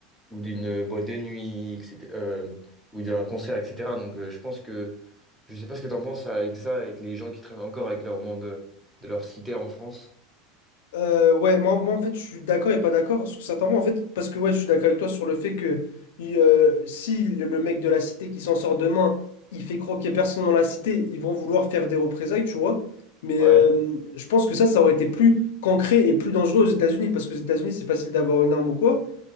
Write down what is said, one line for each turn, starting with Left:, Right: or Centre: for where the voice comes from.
Centre: ou d'une euh, boîte de nuit, etc., euh, ou d'un concert, etc. Donc, euh, je pense que, je sais pas ce que t'en penses avec ça, avec les gens qui traînent encore avec leurs membres de, de leur cité en France.
Left: Euh, ouais, moi, moi en fait je suis d'accord et pas d'accord sur certains mots en fait parce que ouais je suis d'accord avec toi sur le fait que il, euh, si le le mec de la cité qui s'en sort demain il fait croquer personne dans la cité ils vont vouloir faire des représailles tu vois mais
Centre: Ouais,
Left: euh, je pense que ça ça aurait été plus concret et plus dangereux aux États-Unis parce qu'aux États-Unis c'est facile d'avoir une arme ou quoi